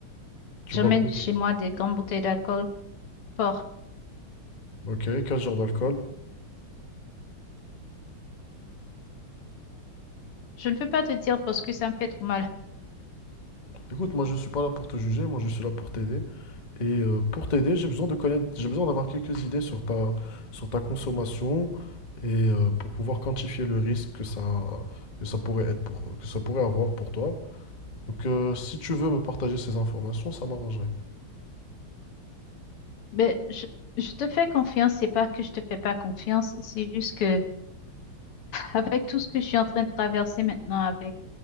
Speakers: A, on the left; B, on the left.
A: Tu
B: J'emmène
A: bois quoi?
B: chez moi des grandes bouteilles d'alcool fort.
A: Ok, quel genre d'alcool?
B: Je ne peux pas te dire parce que ça me fait trop mal.
A: Écoute, moi je suis pas là pour te juger, moi je suis là pour t'aider. Et euh, pour t'aider, j'ai besoin de connaître, j'ai besoin d'avoir quelques idées sur ta, sur ta consommation et euh, pour pouvoir quantifier le risque que ça, que ça pourrait être pour, que ça pourrait avoir pour toi. Donc, euh, si tu veux me partager ces informations, ça m'arrangerait.
B: Mais je, je te fais confiance, c'est pas que je te fais pas confiance, c'est juste que avec tout ce que je suis en train de traverser maintenant avec